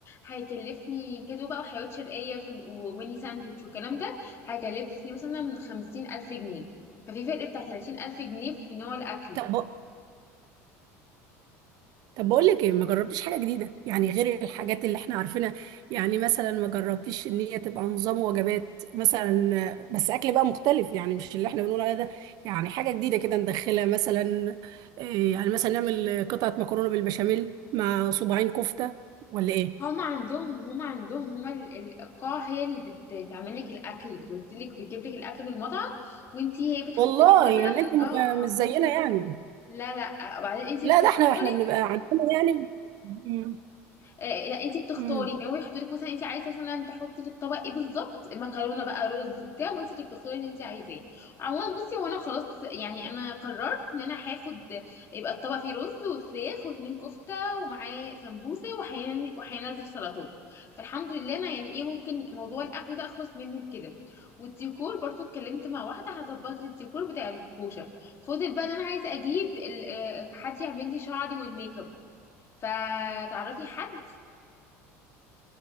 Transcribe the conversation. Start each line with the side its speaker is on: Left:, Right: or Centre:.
Left: هيكلفني كاتو بقى وحلويات شرقية وسن- وميني ساندوتش والكلام ده هيكلفني مثلا خمسين ألف جنيه ففي فرق بتاع تلاتين ألف جنيه في نوع الأكل
Right: طب طب بقول لك ايه ما جربتيش حاجه جديده يعني غير الحاجات اللي احنا عارفينها يعني مثلا ما جربتيش ان هي تبقى نظام وجبات مثلا بس اكل بقى مختلف يعني مش اللي احنا بنقول عليه ده يعني حاجه جديده كده ندخلها مثلا إيه، يعني مثلا نعمل قطعه مكرونه بالبشاميل مع صباعين كفته ولا ايه
Left: هما عندهم هما عندهم هما ال- ال- القاعة هي اللي بتعمل لك الأكل بتودي لك بتجيب لك الأكل من المطعم وانتي هي بتحط
Right: والله
Left: لك مثلا
Right: يعني انت م-
Left: اه
Right: مش زينا يعني
Left: لا لا آه، وبعدين انتي
Right: لا
Left: بتختاري
Right: ده احنا احنا بنبقى عندنا يعني مم.
Left: آه، لا انت بتختاري
Right: مم.
Left: ان هو يحطوا لك مثلا انت عايزه مثلا تحطي في الطبق ايه بالظبط مكرونه بقى رز بتاع وانت اللي بتختاري اللي انت عايزاه عموما بصي هو انا خلاص يعني انا قررت ان انا هاخد يبقى الطبق فيه رز وفراخ واتنين كفته ومعاه سمبوسه وهين- وهينزل سلطات فالحمد لله انا يعني ايه ممكن موضوع الاكل ده اخلص منه كده والديكور برضو اتكلمت مع واحده هظبط لي الديكور بتاع الكوشه فاضل بقى ان انا عايزه اجيب ال- آه، حد يعمل لي شعري والميك اب فتعرفي حد